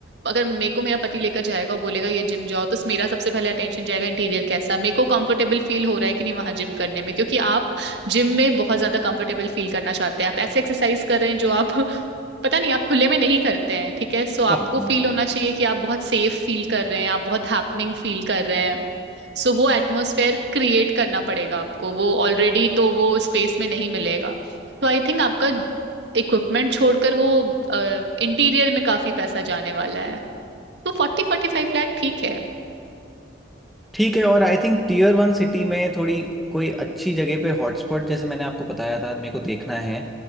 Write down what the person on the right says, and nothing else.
अगर मेरे को मेरा पति लेकर जाएगा और बोलेगा ये जिम जाओ तो मेरा सबसे पहले अटेंशन जाएगा इंटीरियर कैसा मेरे को कंफर्टेबल फील हो रहा है कि नहीं वहां जिम करने में क्योंकि आप जिम में बहुत ज्यादा कंफर्टेबल फील करना चाहते हैं आप ऐसे एक्सरसाइज कर रहे हैं जो आप <laughs> पता नहीं आप खुले में नहीं करते हैं ठीक है सो आपको
फील होना चाहिए कि आप बहुत सेफ फील कर रहे हैं आप बहुत हैपनिंग फील कर रहे हैं सो वो एटमॉस्फेयर क्रिएट करना पड़ेगा आपको वो ऑलरेडी तो वो स्पेस में नहीं मिलेगा तो आई थिंक आपका इक्विपमेंट छोड़कर वो इंटीरियर में काफी पैसा जाने वाला है तो फोर्टी फोर्टी फाइव लाख ठीक है